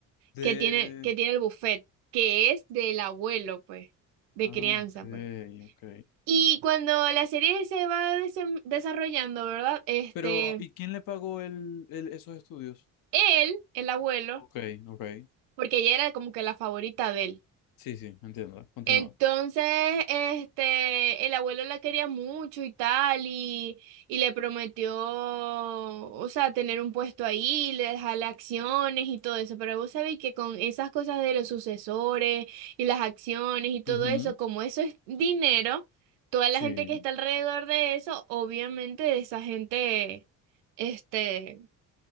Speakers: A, on the left; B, on the right.
A: De...
B: que tiene, que tiene el buffet, que es del abuelo, pues, de
A: Ah,
B: crianza,
A: ok,
B: pues.
A: ok.
B: Y cuando la serie se va desem- desarrollando, ¿verdad? Este,
A: Pero, ¿y quién le pagó el, el- esos estudios?
B: él, el abuelo,
A: Ok, ok.
B: porque ella era como que la favorita de él.
A: Sí, sí, entiendo. Continúa.
B: Entonces, este, el abuelo la quería mucho y tal, y, y le prometió, o sea, tener un puesto ahí, le dejarle acciones y todo eso, pero vos sabéis que con esas cosas de los sucesores y las acciones y todo
A: Ujú,
B: eso, como eso es dinero, toda la
A: Sí.
B: gente que está alrededor de eso, obviamente esa gente, este,